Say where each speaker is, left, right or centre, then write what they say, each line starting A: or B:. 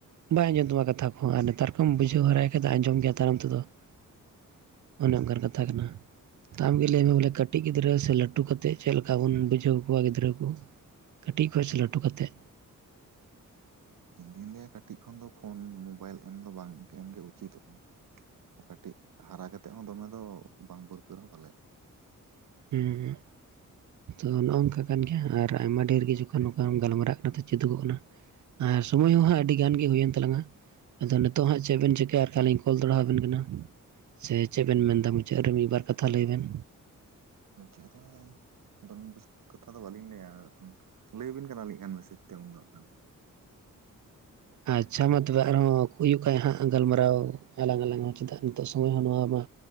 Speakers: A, on the right (about 60°); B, on the right (about 75°).
A: ᱵᱟᱭ ᱟᱸᱡᱚᱢ ᱛᱟᱢᱟ ᱠᱟᱛᱷᱟ ᱠᱚᱦᱚ ᱟᱨ ᱱᱮᱛᱟᱨ ᱠᱷᱚᱢ ᱵᱩᱡᱷᱟᱹᱣ ᱦᱟᱨᱟᱭ ᱠᱷᱟᱡ ᱟᱸᱡᱚᱢ ᱜᱮᱭᱟ ᱛᱟᱭᱱᱚᱢ ᱛᱮᱫᱚ᱾ ᱚᱱᱮ ᱚᱱᱠᱟᱱ ᱠᱟᱛᱷᱟ ᱠᱟᱱᱟ
B: ᱦᱮᱸ
A: ᱟᱢᱜᱮ ᱞᱟᱹᱭᱢᱮ ᱵᱚᱞᱮ ᱠᱟᱹᱴ ᱠᱟᱹᱴᱤᱡ ᱜᱤᱫᱽᱨᱟᱹ ᱥᱮ ᱞᱟᱹᱴᱩ ᱠᱟᱛᱮᱫ ᱪᱮᱫ ᱞᱮᱠᱟ ᱵᱚᱱ ᱵᱩᱡᱷᱟᱹᱣ ᱠᱚᱣᱟ ᱜᱤᱫᱽᱨᱟᱹ ᱠᱚ ᱠᱟᱹᱴᱤᱡ ᱠᱷᱚᱱ ᱥᱮ ᱞᱟᱹᱴᱩ ᱠᱟᱛᱮᱫ
B: ᱤᱧ ᱫᱩᱧ ᱞᱟᱹᱭᱟ ᱠᱟᱹᱴᱤᱡ ᱠᱷᱚᱱ ᱫᱚ ᱯᱷᱳᱱ ᱢᱳᱵᱟᱭᱤᱞ ᱮᱢ ᱫᱚ ᱵᱟᱝ ᱜᱮ ᱮᱢᱜᱮ ᱩᱪᱤᱛᱚᱜᱼᱟ ᱠᱟᱹᱴᱤᱡ ᱦᱟᱨᱟ ᱠᱟᱛᱮᱜ ᱦᱚᱸ ᱫᱚᱢᱮ ᱫᱚ ᱵᱟᱝ ᱵᱟᱹᱨᱠᱟᱹ ᱦᱚᱸ ᱵᱷᱟᱞᱮᱭᱟ
A: ᱦᱩᱸ ᱛᱚ ᱱᱚᱜᱼᱚ ᱱᱚᱝᱠᱟ ᱠᱟᱱ ᱜᱮᱭᱟ ᱟᱨ ᱟᱭᱢᱟ ᱰᱷᱮᱨ ᱜᱮ ᱡᱚᱠᱷᱚᱱ ᱱᱚᱝᱠᱟᱢ ᱜᱟᱞᱢᱟᱨᱟᱜ ᱠᱟᱱᱟ ᱛᱚ ᱪᱮᱫᱚᱜᱚᱜ ᱠᱟᱱᱟ ᱟᱨ ᱥᱚᱢᱚᱭ ᱦᱚᱸᱦᱟᱸ ᱟᱹᱰᱤ ᱜᱟᱱ ᱜᱮ ᱦᱩᱭᱮᱱ ᱛᱟᱞᱟᱝ-ᱟ ᱟᱫᱚ ᱱᱤᱛᱚᱜ ᱦᱟᱸᱜ ᱪᱮᱫ ᱵᱤᱱ ᱪᱤᱠᱟᱹᱭᱟ ᱟᱨ ᱠᱷᱟᱱ ᱞᱤᱧ ᱠᱚᱞ ᱫᱚᱲᱦᱟ ᱟᱵᱤᱱ ᱠᱟᱱᱟ ᱥᱮ ᱪᱮᱫ ᱵᱮᱱ ᱢᱮᱱ ᱮᱫᱟ ᱢᱩᱪᱟᱹᱫ ᱨᱮ ᱢᱤᱫᱵᱟᱨ ᱠᱟᱛᱷᱟ ᱞᱟᱹᱭ ᱵᱮᱱ
B: ᱢᱩᱪᱟᱹᱫ ᱨᱮ ᱫᱚᱢ ᱵᱮᱥ ᱠᱟᱛᱷᱟ ᱫᱚ ᱵᱟᱹᱞᱤᱧ ᱞᱟᱹᱭᱟ ᱟᱜᱠᱷᱟᱱ ᱞᱟᱹᱭ ᱟᱵᱤᱱ ᱠᱟᱱᱟ ᱞᱤᱧ ᱠᱷᱟᱱ ᱢᱮᱥᱮᱡ ᱛᱮ ᱩᱱ ᱫᱚ ᱟᱜᱠᱷᱟᱱ
A: ᱟᱪᱪᱷᱟ ᱢᱟ ᱛᱚᱵᱮ ᱟᱨᱦᱚᱸ ᱦᱩᱭᱩᱜ ᱠᱷᱟᱡ ᱦᱟᱸᱜ ᱜᱟᱞᱢᱟᱨᱟᱣ ᱟᱞᱟᱝ ᱟᱞᱟᱝ ᱦᱚᱸ ᱪᱮᱫᱟᱜ ᱱᱤᱛᱚᱜ ᱥᱚᱢᱚᱭ ᱦᱚᱸ ᱱᱚᱣᱟ ᱢᱟ